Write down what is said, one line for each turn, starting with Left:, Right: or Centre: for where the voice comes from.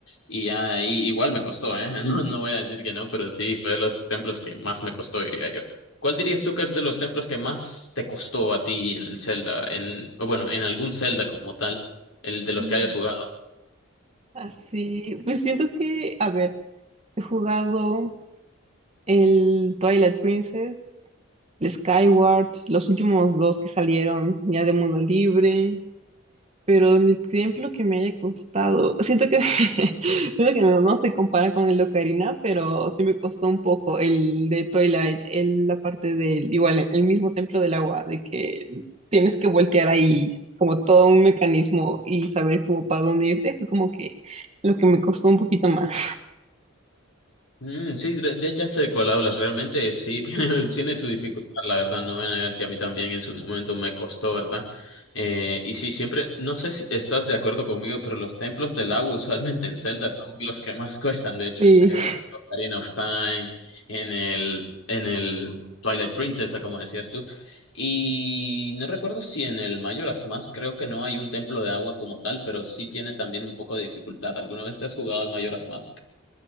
Left: y ya ahí igual me costó, ¿eh? <laughs> No, no voy a decir que no, pero sí, fue de los templos que más me costó, diría yo. ¿Cuál dirías tú que es de los templos que más te costó a ti en el Zelda, en, o bueno, en algún Zelda como tal, el de los
Right: Ándale.
Left: que hayas jugado?
Right: Así, pues siento que, a ver, he jugado el Twilight Princess, el Skyward, los últimos dos que salieron ya de Mundo Libre, pero el tiempo que me haya costado, siento que, <laughs> siento que no, no se compara con el de Ocarina, pero sí me costó un poco el de Twilight, el, la parte del, igual, el el mismo templo del agua, de que tienes que voltear ahí como todo un mecanismo y saber como para dónde irte, fue como que lo que me costó un poquito más.
Left: Mm, sí, re- de- ya sé de cuál hablas. Realmente sí, <laughs> tiene, tiene su dificultad, la verdad. No voy a negar que a mí también en su momento me costó, ¿verdad? Eh, y sí, siempre, no sé si estás de acuerdo conmigo, pero los templos del agua usualmente en Zelda son los que más <laughs> cuestan, de hecho.
Right: <laughs>
Left: El Ocarina of Time, en el, en el Twilight Princess, como decías tú. Y no recuerdo si en el Majora's Mask creo que no hay un templo de agua como tal, pero sí tiene también un poco de dificultad. ¿Alguna vez te has jugado al Majora's Mask?